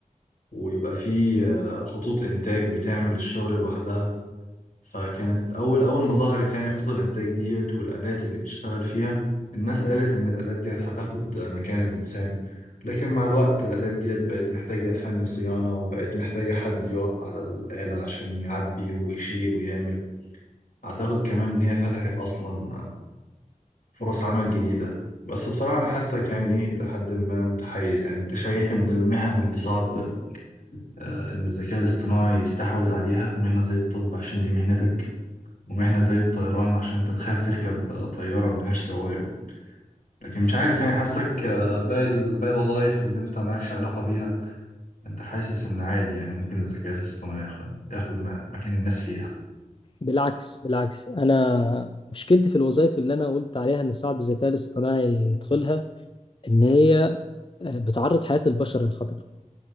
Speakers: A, on the left; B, on the left.
A: ويبقى في آه، خطوط إنتاج بتعمل الشغل لوحدها فكانت أول أول ما ظهرت يعني خطوط الإنتاج ديت والآلات اللي بتشتغل فيها الناس قالت إن الآلات ديت هتاخد مكان الإنسان لكن مع الوقت الآلات ديت بقت محتاجة فني صيانة وبقت محتاجة حد يقف على الآلة عشان يعبي ويشيل ويعمل أعتقد كمان إن هي فتحت أصلا فرص عمل جديدة بس بصراحة أنا حاسك يعني إيه إلى حد ما متحيز يعني أنت شايف إن المهن اللي صعب آه، إن الذكاء الاصطناعي يستحوذ عليها مهنة زي الطب عشان دي مهنتك ومهنة زي الطيران عشان أنت تخاف تركب آه، طيارة ملهاش سواق لكن مش عارف يعني حاسك آه، باقي ال- باقي الوظائف اللي أنت مالكش علاقة بيها أنت حاسس إن عادي يعني ممكن الذكاء الاصطناعي ياخد ياخد م- مكان الناس فيها
B: بالعكس بالعكس انا مشكلتي في الوظائف اللي انا قلت عليها ان صعب الذكاء الاصطناعي يدخلها ان هي آه، بتعرض حياة البشر للخطر